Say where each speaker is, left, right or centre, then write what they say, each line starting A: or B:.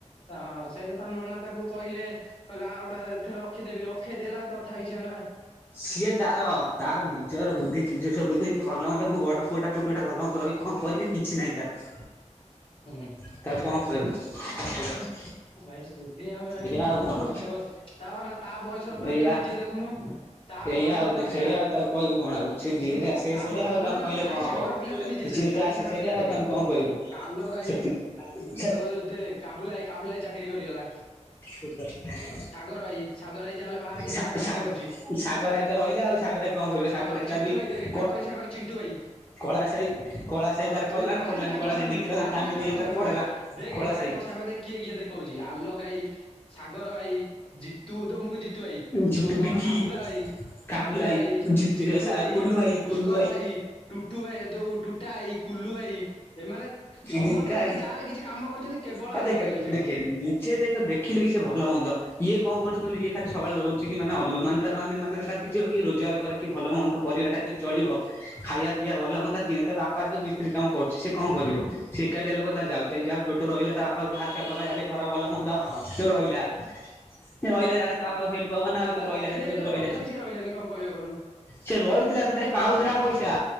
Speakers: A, on the left (about 45°); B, on the left (about 15°).
A: ଅ ତା ନନା ତାକୁ କହିଲେ କହିଲେ ଆଉ ଗୋଟା ଏଥରେ ରଖିଦେବି, ରଖେଇଦେଲା ତଥାପି ସିଏ ମାନେ
B: ସିଏ ତାର ତାର ନିଜର ବୁଦ୍ଧି ନିଜ ସ୍ଵବୁଦ୍ଧି ନେଇକି ଭଲ ମନ୍ଦ ମୋ ବଡ ପୁଅଟା କଉଟି ରହିକି ଭଲ ମନ୍ଦ ରହିକି କଣ କରିବି କିଛି ନାହିଁ ତାର। <inaudible>
A: ହୁଁ।
B: ତାକୁ କଣ କହିବୁ ହ୍ୟାଲୋ।
A: ଭାଇ ବୁଦ୍ଧି ଆଉ ନାଇଁ
B: ଏଇଆ
A: ତାକୁ
B: ଆଉ କଣ
A: ଏତେ ବର୍ ତାର ନାହିଁ ତା ବୟସରେ ତାକୁ
B: ଏଇଆ
A: ତୁ ନିଜେ ଦେଖୁନୁ। ତା
B: ଏଇଆ
A: ବୟସରେ
B: ଆଉ କଣ
A: ଦେଖେ
B: ସେଇଆ ଆଉ ତାକୁ କହିବୁ କଣ ଆଉ ସେ ଯିଏ ଯାହା ସେ
A: ତା
B: ସେଇଆ ଆଉ
A: ନ
B: ତାଙ୍କୁ
A: ନଁ
B: କହିଲେ
A: ତାରି
B: କଣ ହବ।
A: ସାଙ୍ଗର ପିଲା ତୁ ନିଜେ
B: ଯିଏ
A: ଦେଖେ
B: ଯାହା
A: ତାରି
B: ସେ
A: ସାଙ୍ଗର
B: ସେଇଆ
A: ପିଲା
B: ଆଉ
A: ଦେଖେ
B: ତାଙ୍କୁ କଣ କହିବୁ
A: କାଲହାଈ
B: ସେଥି ସେ
A: ଦ ଦେ କାବୁଲା ଭାଇ। କାବୁଲା ଚାକିରି କରିଗଲା।
B: <unintelligible>
A: ସାଗର ଭାଇ ସାଗର ଭାଇ ଯାହା ହେଲେ ବାହାରେ କିଛି
B: ସା
A: ଗୋଟେ କାମ
B: ଶାଗ
A: କରୁଛି।
B: ସାଗରାଇ ତ ରହିଲା ଆଉ ସାଗରାଇ କଣ କରିବ
A: ହଁ
B: ସାଗରାଇ
A: ଚିଣ୍ଟୁ
B: ତାର ବି
A: ଭାଇ ଦେଖେ
B: କ
A: ତାଙ୍କରି ସାଙ୍ଗର ଚିଣ୍ଟୁ ଭାଇ।
B: କଳା ସାହି କଳା ସାହି
A: ହଁ
B: ତାର ପଡିଲା
A: କଳା
B: ନା ପଡିଲାନି
A: ସେ ତାଙ୍କ ସାଙ୍ଗ
B: ସାହି ଦେଖିଲା
A: ନୁହେଁ
B: ତା
A: କଳା
B: ଫ୍ୟାମିଲି
A: ସେ ତାଙ୍କ
B: ଇଏ ତାର
A: ସାଙ୍ଗ
B: ପଳେଇଲା।
A: ନୁହେଁ ଦେଖ
B: କଳା
A: ତାଙ୍କ
B: ସାହି
A: ସାଙ୍ଗ ଦେଖ କିଏ କିଏ ଦେଖଉଛି ଆଲୋକ ଭାଇ ସାଗର ଭାଇ ଜିତୁ ତମକୁ ଜିତୁ ଭାଇ
B: ଜିତୁ
A: ଯୋଉ କଣ
B: ବିକି
A: କାବୁଲା ଭାଇ,
B: କାବୁ
A: କାବୁଲା ଭାଇ,
B: ଜିତୁ
A: ଚିଣ୍ଟୁ
B: ସା
A: ଭାଇ,
B: କୁଲୁ
A: ପୁଷ୍କର
B: କୁଲୁ
A: ଭାଇ। ଟୁଟୁ ଭାଇ ଦଉ ଟୁଟା ହାଇ କୁଲୁ ଭାଇ ଏମାନେ ସମସ୍ତେ
B: ରିଙ୍କା
A: ଦେଖେ
B: ଭାଇ
A: ଯାହା ହେଲେ କିଛି କାମ କରୁଚନ୍ତି। କେବଳ
B: ଆ
A: ଆଲୋକ୍
B: ଦେଖେ
A: ହାଇ।
B: ଦେଖେ ନିଜେ ଦେଖ ଦେଖିଲେ ହି ସେ ଭଲ ମନ୍ଦ ଇଏ କଣ କରୁଚି କହିଲୁ ଇଏ ଖାଲି ସବୁବେଳେ ରହୁଚି କି ମାନେ ଅଲୁମାନ ତାର ମାନେ ମାନେ ତାର କିଛି ହଉ କି ରୋଜଗାର କରେ କି ଭଲ ମନ୍ଦ ପରିବାରଟା କେମିତି ଚଳିବ? ଖାଇଆ ପିଆ ଭଲ ମନ୍ଦ ତାର କି ତା ବାପା ଯୋଉ ମିସ୍ତ୍ରୀ କାମ କରୁଛି ସେ କଣ କରିବ? ସେ ଏକାଟିଆ ଲୋକ ତାର ଯାଉ ଟିଟାଇ ଯାଅଉ ଟୋଟୋ ରହିଲା ତା ବାପକୁ ଟିକେ ହାଲକା ଗୋଲାଗାଲି ଘର ଭଲ ମନ୍ଦ
A: ହଁ
B: ସବୁ ରହିଲା। ସେ ରହିଲା ଯା ବାପାକୁ ହେଲ୍ପ ହବନା ଆଉ
A: ତା
B: ଯୋଉ ରହିଲା
A: ରଖିଦେଇଥିଲା
B: ଯଦିଓ ରହିଲା।
A: ତଥାପି ସିଏ ରହିଲାନି କଣ କହିବ କହନି
B: ସେ ରହିଥିଲା ତଥାପି ପାଉଥିଲା ପଇସା।